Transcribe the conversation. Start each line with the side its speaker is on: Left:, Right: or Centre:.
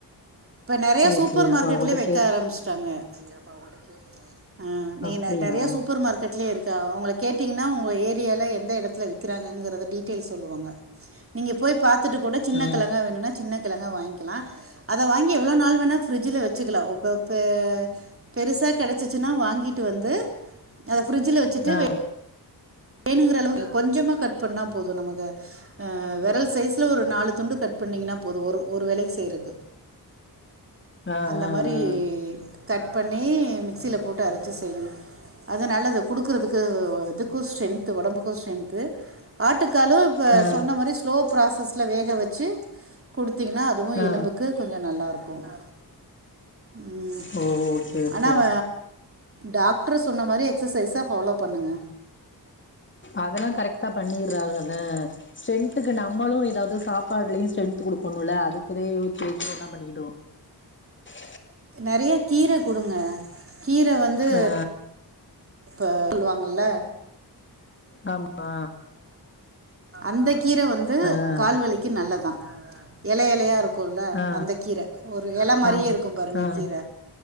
Right: இப்ப நெறயா
Left: சேரி
Right: சூப்பர்
Left: சேரி
Right: மார்க்கெட்லயே
Left: அப்ப அவகிட்ட
Right: வைக்க
Left: கே
Right: ஆரம்பிச்சுட்டாங்க அவங்கள்ட்ட கேக்றேன் ஆஹ் நீங்க
Left: அப்டியா
Right: நெ- நெறையா சூப்பர் மார்க்கெட்லயே இருக் அவங்கள கேட்டீங்கனா உங்க ஏரியால எந்த எடத்துல விக்கிறாங்கங்கிறத டீட்டெயில் சொல்லுவாங்க. நீங்க போய்ப் பாத்துட்டு கூட சின்ன
Left: ஆ
Right: கெழங்கா வேணும்னா ங்க வாங்க்கலாம். அத வாங்கி எவ்ளோ நாள் வேனா ஃபிரிட்ஜ்ல வச்சுக்கலாம். அப்பப்ப பெருசா கெடச்சுச்சுனா வாங்கிட்டு வந்து அத ஃபிரிட்ஜில் வச்சிட்டு
Left: ஆ
Right: வேனுங்குற அளவுக்கு கொஞ்சமா கட் பண்ணா போது நம்மக வெரல் சைஸ்ல ஒரு நாலு துண்டு கட் பண்ணீங்கனா போது ஒரு ஒரு வேலைக் செய்றது
Left: ஆ ஆ
Right: அந்த மரி கட் பண்ணி மிக்சில போட்டு அரச்சு செய்ணு அது நல்லது குடுக்குறதுக்கு இது குஸ்டின் ஒடம்புக்கு ஸ்ட்ரென்த்து ஆட்டுக் கலு இப்ப
Left: ஆ ஆ
Right: சொன்ன மாரி ஸ்லோ ப்ராசஸ் ட்ல வேக வச்சு குடுத் தீங்னா அதுவு
Left: ஆ
Right: எலும்புக்கு கொஞ்ச நல்லாருக் கோ அ ம்
Left: ஓ ஓகே ஓகே
Right: அனா வ டாக்ட்ரு சொன்ன மாரி எக்ஸசைஸ ஃபாலோ பண்ணுங்க
Left: அதெல்லா கரெக்ட்டா பண்ணிர்றாங்கல்ல ஸ்ட்ரென்த்துக்கு நம்மளு எதாவ்து சாப்பாட்லயு ஸ்ட்ரென்த்து குடுக்கணுல்ல அதுக்குதே யோச்சு யோச்சு <unintelligible>
Right: நறைய கீர குடுங்க கீர வந்து
Left: ஆ
Right: ப <inaudible> ல்லுவாங்கல
Left: ஆம் ஆ
Right: அந்தக் கீர வந்து
Left: ஆ
Right: கால் வலிக்கி நல்லதா எல எலையா இருக் குல்ல
Left: ஆ
Right: அந்த கீர ஒரு எல மாரியே
Left: ஆ
Right: இருக்கும் பாருங்க
Left: ஆ
Right: கீர